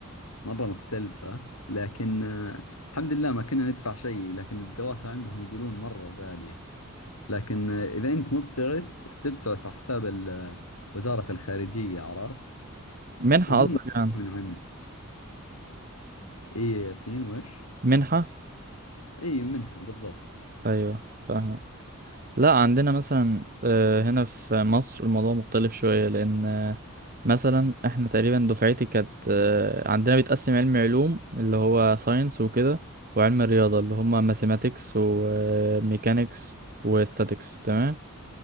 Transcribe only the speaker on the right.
منحة
قصدك يعني
منحة
أيوة فاهمة لا عندنا مثلا آه، هنا في مصر الموضوع مختلف شوية لأن آه، مثلا احنا تقريبا دفعتي كانت آه، عندنا بيتقسم علم علوم اللي هو ساينس وكده وعلم الرياضة اللي هما ماثيماتكس وميكانيكس وستاتكس تمام